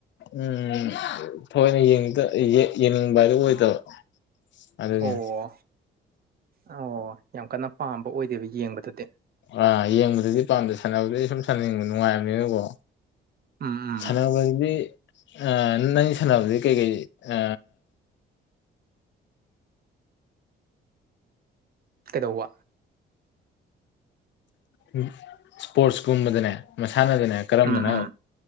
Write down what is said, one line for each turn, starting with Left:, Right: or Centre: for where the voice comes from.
Left: ꯎꯝ ꯊꯣꯛꯣꯏꯅ ꯌꯦ ꯌꯦꯡꯅꯤꯡꯕ ꯍꯥꯏꯗ ꯑꯣꯏꯗꯕ ꯑꯗꯨꯒꯤꯅꯤ
Right: ꯑꯣ ꯑꯣ ꯌꯥꯝ ꯀꯟꯅ ꯄꯥꯝꯕ ꯑꯣꯏꯗꯦꯕ ꯌꯦꯡꯕꯗꯗꯤ
Left: ꯑꯥ ꯌꯦꯡꯕꯗꯗꯤ ꯄꯥꯝꯗ ꯁꯥꯟꯅꯕꯗꯩ ꯁꯨꯝ ꯁꯥꯟꯅꯤꯡꯕ ꯅꯨꯡꯉꯥꯏꯕꯅꯤꯅꯀꯣ
Right: ꯎꯝ ꯎꯝ
Left: ꯁꯥꯟꯅꯕꯒꯤꯗꯤ ꯑ ꯅꯪ ꯁꯥꯟꯅꯕꯗꯤ ꯀꯩꯀꯩ ꯑ
Right: ꯀꯩꯗꯧꯕ
Left: ꯎ ꯏꯁꯄꯣꯔꯠꯁꯀꯨꯝꯕꯗꯅꯦ ꯃꯁꯥꯟꯅꯗꯅꯦ ꯀꯔꯝꯕꯅ
Right: ꯎꯝ ꯎꯝ